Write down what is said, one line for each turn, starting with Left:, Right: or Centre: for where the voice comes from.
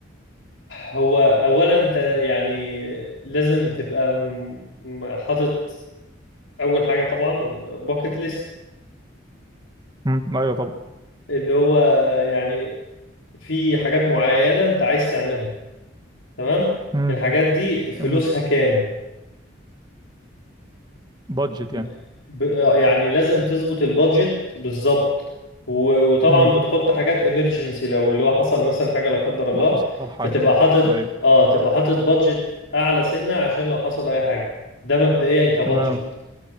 Left: هو اولا انت يعني لازم تبقى م- م- حاطط اول حاجه طبعا باكت ليست
Right: أمم، ايوه طبعا
Left: اللي هو يعني في حاجات معينه انت عايز تعملها تمام
Right: امم
Left: الحاجات دي فلوسها
Right: تمام
Left: كام
Right: بادجت
Left: ب...
Right: يعني
Left: ب... آه، يعني لازم تظبط البادجت بالظبط و... وطبعا
Right: امم
Left: بتحط حاجات امرجنسي لو اللي هو حصل مثلا حاجه لا قدر الله
Right: لو حصل حاجة
Left: فتبقى حاطط
Right: ايوه
Left: اه تبقى حاطط بادجت اعلى سنه عشان لو حصل اي حاجه ده مبدئيا كبادجت
Right: تمام